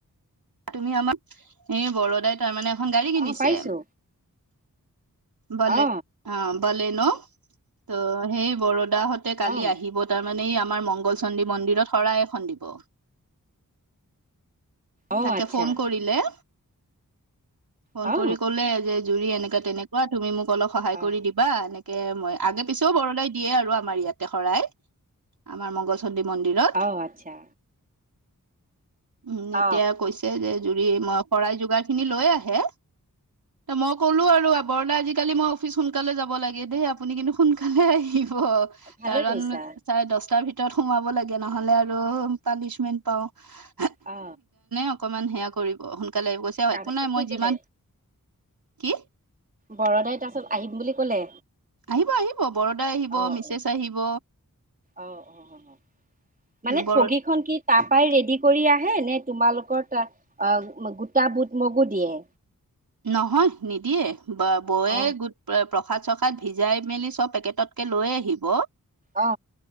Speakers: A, on the right (about 85°); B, on the right (about 25°).
A: তুমি আমাক এই বৰোদাই তাৰমানে এখন গাড়ী কিনিছে
B: অ পাইছো
A: বলে
B: অ
A: অ বলেন ত সেই বৰ সদাহতে <unintelligible>
B: অ
A: কালি আহিব তাৰমানে আমাৰ মংগল চন্দ্ৰী মন্দিৰত শৰাই এখন দিব।
B: অ
A: তাকে
B: আচ্ছা
A: ফোন কৰিলে ফোন
B: অ
A: কৰি কলে যে জুৰি এনেকা তেনেকুৱা তুমি মোক অলপ সহায়
B: অ
A: কৰি দিবা এ তাকে মই আগে পিছেও বৰদাই দিয়ে আৰু আমাৰ ইয়াতে শৰাই আমাৰ মংগল মন্দিৰত
B: অ আচ্ছা
A: উম
B: অ
A: এতিয়া কৈছে যে জুৰি মই শৰাই যোগাৰ খিনি লৈ আহে মই ক'লো আৰু বৰদা আজিকালি মই অফিচ সোনকালে যাব লাগে দেই আপুনি কিন্তু সোনকালে আহিব
B: ভালে
A: কাৰণ
B: কৈছা
A: চাৰে দহটাৰ ভিতৰত ভিতৰত সোমাব লাগে নহলে আৰু পানিচমেন্ট পাওঁ
B: অ
A: অকমান সেয়া কৰিব সোনকালে আহি গৈছে অ
B: তাৰপাছত
A: একো নাই মই
B: কি
A: যিমান
B: কলে
A: কি
B: বৰদাই তাৰপিছত আহিম বুলি কলে
A: আহিব আহিব বৰোদা আহিব
B: অ
A: মিছেছ
B: অ
A: আহিব
B: অ অ অ মানে
A: বৰ
B: ঠগীখনন কি তাৰপৰাই ৰেডি কৰি আহে নে তোমালোকৰ ত গোটা বুট মগু দিয়ে।
A: নহয় নিদিয়ে বা বযে
B: অ
A: গোট প্ৰসাদ চসাদ ভিজাই মেলি চব পেকেটতকে লৈ আহিব
B: অ